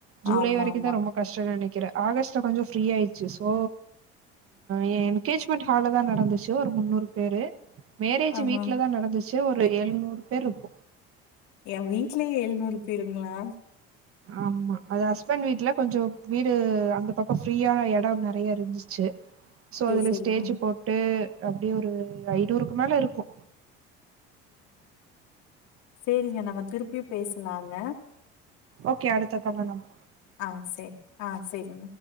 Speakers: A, on the right (about 50°); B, on the left (about 65°).
A: ஜூலை
B: ஆமா
A: வரைக்குதா
B: ஆமா
A: ரொம்ப கஷ்டம் இரு ஆகஸ்ட்ல கொஞ்சோ ஃபிரீ ஆயிடுச்சு சோ ஏ என்கேஜ்மெண்ட் ஹால்ல தா நடந்துச்சு முன்னூறுக்கு பேரு மேரேஜ்
B: ஆஹா
A: வீட்ல தா நடந்துச்சு ஒரு ஏழ்நூறு பெருப்ப
B: ஏ வீட்லயே ஏழுநூறு பேருங்களா
A: ஆமா அது ஹஸ்பண்ட் வீட்டல கொஞ்சோ வீடு அந்த பக்கம் ஃப்ரீயான எடம் நெறைய இருந்துச்சு சோ
B: சரி
A: அதுல
B: சரிங்க
A: ஸ்டேஜ் போட்டு அப்டியே ஒரு ஐநூறுக்கு மேல இருக்கு
B: செரிங்க நம்ம திருப்பியு பேசலாங்க
A: ஓகே அடுத்த கால் நம்
B: ஆஹ் செரி ஆஹ் செரி